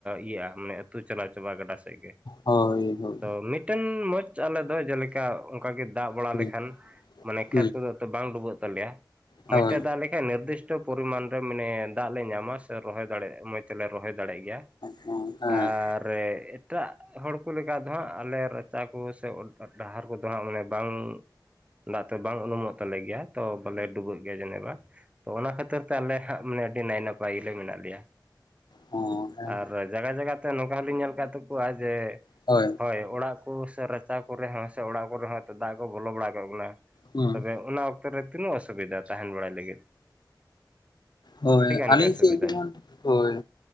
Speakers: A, on the right (about 15°); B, on the left (about 65°).
A: ᱤᱭᱟᱹᱜᱼᱟ ᱢᱟᱱᱮ ᱟᱹᱛᱩ ᱪᱟᱞᱟᱣ ᱪᱟᱵᱟᱜᱼᱟ ᱜᱟᱰᱟ ᱥᱮᱫ ᱜᱮ
B: ᱦᱳᱭ, ᱦᱳᱭ,
A: ᱟᱫᱚ ᱢᱤᱫ ᱴᱮᱱ ᱢᱚᱪ ᱟᱞᱮ ᱫᱚ ᱡᱮ ᱞᱮᱠᱟ ᱚᱱᱠᱟ ᱜᱮ ᱫᱟᱜ ᱵᱟᱲᱟ
B: ᱦᱩᱸ,
A: ᱞᱮᱠᱷᱟᱱ ᱢᱟᱱᱮ ᱠᱷᱮᱛ
B: ᱦᱩᱸ,
A: ᱠᱚᱫᱚ ᱛᱚ ᱵᱟᱝ ᱰᱩᱵᱟᱹᱜ ᱛᱟᱞᱮᱭᱟ
B: ᱦᱳᱭ,
A: ᱢᱚᱡᱽ ᱛᱮ ᱫᱟᱜ ᱞᱮᱠᱷᱟᱱ ᱱᱤᱨᱫᱟᱹᱥᱴᱚ ᱯᱚᱨᱤᱢᱟᱱ ᱨᱮ ᱢᱟᱱᱮ ᱫᱟᱜ ᱞᱮ ᱧᱟᱢᱟ ᱨᱚᱦᱚᱭ ᱫᱟᱲᱮᱭᱟᱜᱼᱟ ᱢᱚᱡᱽ ᱛᱮ ᱞᱮ ᱨᱚᱦᱚᱭ ᱫᱟᱲᱮᱭᱟᱜ ᱜᱮᱭᱟ
B: ᱦᱮᱸ, ᱦᱮᱸ
A: ᱟᱨ ᱨᱮ ᱮᱴᱟᱜ ᱦᱚᱲ ᱠᱚ ᱞᱮᱠᱟ ᱫᱚ ᱦᱟᱸᱜ ᱟᱞᱮ ᱨᱟᱪᱟ ᱠᱚ ᱥᱮ <unintelligible> ᱰᱟᱦᱟᱨ ᱠᱟᱫᱚ ᱦᱟᱸᱜ ᱢᱟᱱᱮ ᱵᱟᱝ ᱫᱟᱜ ᱛᱮ ᱵᱟᱝ ᱩᱱᱩᱢᱚᱜ ᱛᱟᱞᱮ ᱜᱮᱭᱟ ᱛᱚ ᱵᱟᱞᱮ ᱰᱩᱵᱟᱹᱜ ᱜᱮ ᱡᱮᱱᱮᱡ ᱵᱟᱸ ᱛᱚ ᱚᱱᱟ ᱠᱷᱟᱹᱛᱤᱨ ᱛᱮ ᱟᱞᱮ ᱦᱟᱸᱜ ᱢᱟᱱᱮ ᱟ. ᱰᱤ ᱱᱟᱭ-ᱱᱟᱯᱟᱭ ᱜᱤ ᱞᱮ ᱢᱮᱱᱟᱜ ᱞᱮᱭᱟ
B: ᱦᱩᱸ, ᱦᱮᱸ,
A: ᱟᱨ ᱡᱟᱜᱟᱦ-ᱡᱟᱜᱟᱦ ᱛᱮ ᱱᱚᱝᱠᱟ ᱦᱚᱞᱤᱧ ᱧᱮᱞ ᱟᱠᱟᱜ ᱛᱟᱠᱚᱣᱟ ᱡᱮ
B: ᱦᱳᱭ
A: ᱦᱳᱭ ᱚᱲᱟᱜ ᱠᱚ ᱥᱮ ᱨᱟᱪᱟ ᱠᱚᱨᱮ ᱦᱚᱸ ᱥᱮ ᱚᱲᱟᱜ ᱠᱚᱨᱮ ᱦᱚᱸ ᱫᱟᱜ ᱠᱚ ᱵᱚᱞᱚ ᱵᱟᱲᱟ ᱠᱚᱜ ᱠᱟᱱᱟ᱾
B: ᱦᱩᱸ
A: ᱛᱚᱵᱮ ᱚᱱᱟ ᱚᱠᱛᱚ ᱨᱮ ᱛᱤᱱᱟᱹᱜ ᱚᱥᱩᱵᱤᱫᱷᱟ ᱛᱟᱦᱮᱱ ᱵᱟᱲᱟᱭ ᱞᱟᱹᱜᱤᱫ?
B: ᱦᱳᱭ
A: ᱟᱹᱰᱤ ᱜᱟᱱ
B: ᱟᱞᱤᱧ
A: ᱜᱮ ᱚᱥᱩᱵᱤᱫᱟ
B: ᱥᱮᱜ ᱡᱮᱢᱚᱱ ᱦᱳᱭ᱾